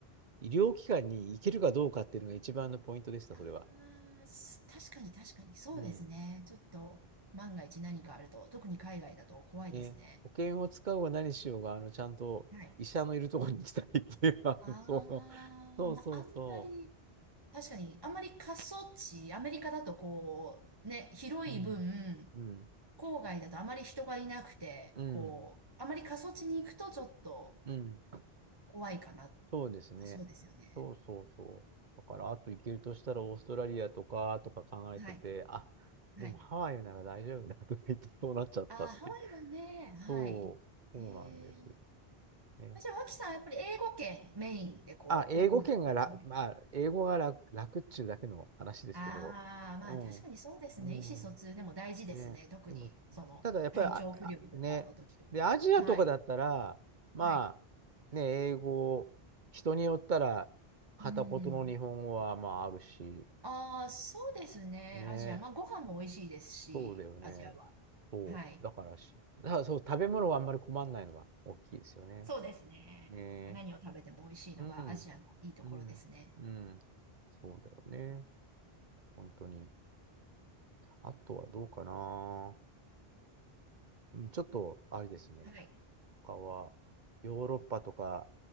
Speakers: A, on the right; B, on the right.
A: 医療機関に行けるかどうかっていうのが一番のポイントでした、
B: あ
A: それは。
B: あ、す確かに確かに、そうですね。
A: うん。
B: ちょっと、万が一何かあると、特に海外だと怖いですね。
A: ね、保険を使おうが何しようが、あの、ちゃんと医者のいるところに行きたいっていう、
B: はい。
A: あの、
B: ああ、
A: <laughs> そう、そうそうそ
B: まあ、あんまり、確かに、あんまり過疎地、アメリカだとこう、ね、広い分、
A: う。うん。うん。
B: 郊外だとあまり人がいなくて、
A: うん。
B: こう、あまり過疎地に行くとちょっと
A: うん。
B: 怖いかなっ
A: そうですね。
B: て、そうですよね。
A: そうそうそう。だから、あと行けるとしたらオーストラリアとか、とか考えてて、
B: はい、
A: あ、
B: はい。
A: でもハワイなら大丈夫だとか言ってそうなっちゃったって。
B: ああ、ハワイはね、はい。
A: そう、
B: へえ。
A: そうなんです。ね。
B: じゃあ、脇さんはやっぱり英語圏メインでこう、
A: あ、英語圏がら、
B: 旅行に行ったりね。
A: まあ、英語が楽、楽っちゅうだけの話ですけど。
B: ああ、まあ確かにそうですね。
A: うん。うん。
B: 意思疎通でも大事ですね。
A: ね。
B: 特に、
A: でも、
B: その、
A: ただやっぱり、
B: 体調不良とかの時とか。
A: あ、あね。で、アジアとかだったら、
B: はい。
A: ま
B: はい。
A: あ、ね、英語、人によったら、片言の日本語はまああるし、
B: うん。ああ、そうですね。
A: ねえ、
B: アジア。まあご飯も美味しいですし、
A: そうだよね。
B: アジアは。
A: そう。
B: はい。
A: だからし、<laughs> だからそう、食べ物はあんまり困んないのは大きいですよね。
B: そうですね。
A: ね
B: 何を食べても美味しいのがアジアのいいところですね。
A: え。うん、うん、うん。そうだよね。本当に。あとはどうかな。うんちょっと、あれですね。
B: はい。
A: 他は、ヨーロッパとか、